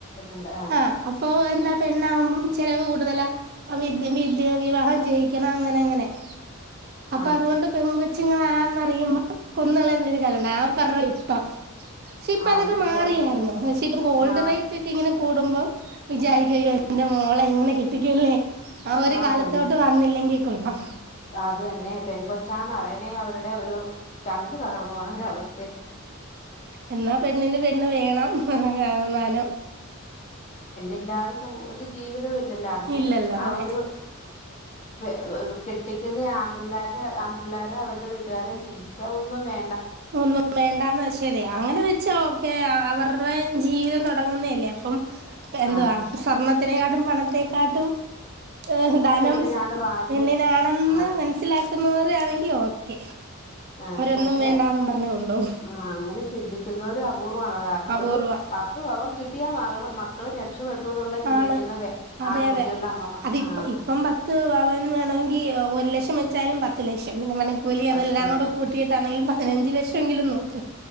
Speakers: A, on the left (about 35°); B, on the right (about 50°).
A: ണ്ട്‌ ആഹ്
B: അഹ് അപ്പൊ എന്താ പെണ്ണാകുമ്പം ചെലവ് കൂടുതല അവിദ്യ വിദ്യ വിവാഹം ചെയ് യക്കണം അങ്ങനങ്ങനെ അപ്പൊ
A: ആ
B: അതുകൊണ്ട് പെങ്കൊ ച്ങ്ങളാന്നറിയുമ്പം കൊന്നുകളയുന്ന ഒരു കാലോണ്ട് ആഹ് പറഞ്ഞത് ഇപ്പം ഷേ ഇപ്പ
A: ആ
B: അതൊക്കെ
A: അതുപോലെ
B: മാറിയാരുന്നു പക്ഷെ ഇപ്പം ഗോൾഡ്
A: മാ
B: റെയ് റ്റ്‌ക്കെ ഇങ്ങനെ കൂടുമ്പം വിചാരിക്കും അയ്യോ എന്റെ മോളെ എങ്ങനെ കെട്ടിക്കൂല്ലേ ആഹ് ഒരു
A: ആ
B: കാലത്തോട്ട്
A: പെൺ
B: വന്നില്ലെങ്കി കൊള്ളാം
A: അത് തന്നെ പെങ്കൊച്ചാന്ന് അറിയണേ അവരുടെ ഒരു ചങ്ക് തകർന്നു പോണ ഒരവസ്
B: എന്നാ പെണ്ണിന് പെണ്ണ് വേണം ആവ് ങ്ങാനം
A: ഇല്ലാതെ സമൂഹത്ത് ജീവിതവില്ലല്ലോ അങ്ങനെ
B: ഇല്ലല്ലോ
A: ആഹ്
B: അതെ
A: ഒരു പേ വെർ കെട്ടിക്കുന്ന ആമ്പിള്ളേരുടെ ആമ്പിള്ളേരും അവരുടെ വീട്ടുകാരും ചിന്തിച്ചാ ഒന്നും വേ
B: ഒന്നും വേണ്ടാന്ന് വെച്ചല്ലേ അങ്ങനെ വെച്ചാ ക്കെ അവരുടെ ജീവിതം തുടങ്ങുന്നല്ലേ അപ്പം എന്തുവാ
A: ആ
B: സ്വർണ്ണത്തിനേക്കാട്ടും പണത്തെക്കാട്ടും ഏ ധാനം
A: പെണ്ണിനാണ് വാല്യൂ
B: പെണ്ണിനാണെന്ന്
A: ആ
B: മനസ്സിലാക്കുന്നവർ ആണെങ്കി ഓക്കെ
A: ആ,
B: അവരൊന്നും
A: പക്ഷെ
B: വേണ്ടാന്നും പറഞ്ഞ് കൊണ്ടോവും
A: ആ അങ്ങനെ ചിന്തിക്കുന്നോര് അപൂർവ്വണല്ലോ കാരണം
B: അപൂർവ
A: ഒരു പത്ത് പവൻ കിട്ടിയാ മകൾ മക്കൾ രക്ഷപ്പെ ട്ടുന്നുള്ള ചിന്തിക്കുന്ന
B: ആണ് അതെ
A: ആൺകുട്ടികളുടെ
B: അതെ
A: അമ്മമ
B: അതിപ്പ
A: ആ
B: ഇപ്പം പത്ത് പവൻ വേണമെങ്കി ഒരു ലക്ഷം വെച്ചാലും പത്ത് ലക്ഷം പിന്നെ പണിക്കൂലി
A: പത്ത്
B: അതെല്ലാം കൂടെ
A: ലക്ഷം
B: കൂ ടിട്ടാണെങ്കിൽ പതിനഞ്ച് ലക്ഷമെങ്കിലും നോക്ക്